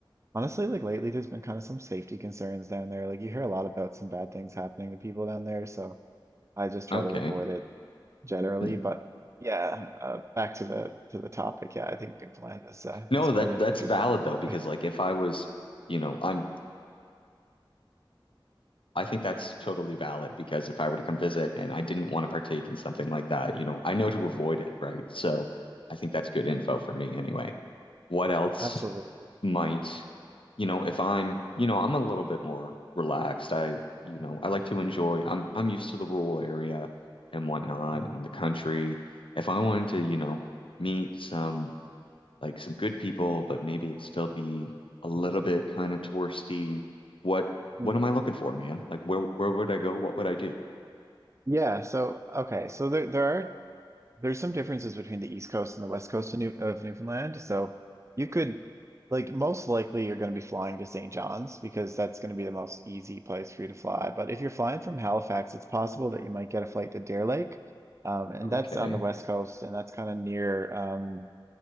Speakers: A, on the right; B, on the left.
A: Honestly, like lately, there's been kind of some safety concerns down there. Like you hear a lot about some bad things happening to people down there, so I just try
B: Okay.
A: to avoid it generally.
B: N-
A: But yeah, uh, back to the to the topic. Yeah, I think Newfoundland is uh,
B: No,
A: is quite
B: that
A: an
B: that's
A: interesting
B: valid though, because
A: place.
B: like if I was, you know, I'm I think that's totally valid because if I were to come visit and I didn't want to partake in something like that, you know, I know to avoid it, right? So I think that's good info for me anyway. What
A: <laughs>
B: else
A: Absolutely.
B: might, you know, if I'm, you know, I'm a little bit more relaxed. I, you know, I like to enjoy. I'm I'm used to the rural area and whatnot
A: Mm,
B: and the country. If I wanted to, you know, meet some like some good people, but maybe it'd still be a little bit kind of touristy. What
A: mm.
B: what am I looking for, man? Like where where would I go? What would I do?
A: Yeah. So okay, so there there are there's some differences between the East Coast and the West Coast of, New- of Newfoundland. So you could, like, most likely you're going to be flying to St. John's because that's going to be the most easy place for you to fly. But if you're flying from Halifax, it's possible that you might get a flight to Deer Lake. Um, and
B: Okay.
A: that's on the West Coast, and that's kind of near um,